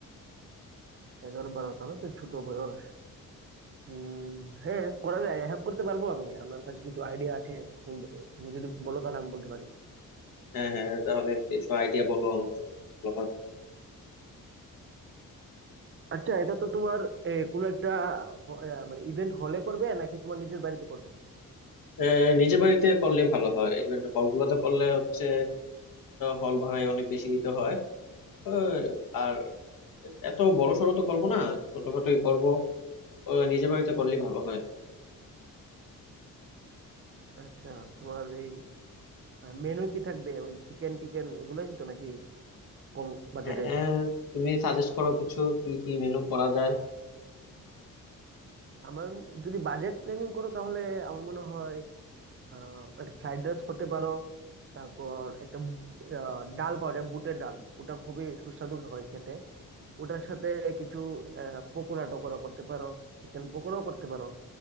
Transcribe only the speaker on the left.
হ্যাঁ হ্যাঁ তাহলে কিছু আইডিয়া বলো আমার জন্য ভালো হয়
আহ, নিজের বাড়িতে করলে ভালো হয় ইভেন্ট হল গুলোতে করলে হচ্ছে হল ভাড়ায় অনেক বেশি দিতে হয় আহ, আর এত বড় সড়ো তো করবো না ছোটখাটোই করবো আহ, নিজের বাড়িতে করলে ভালো হয়
আহ, আহ, তুমি সাজেস্ট করো কিছু কি কি মেনু করা যায়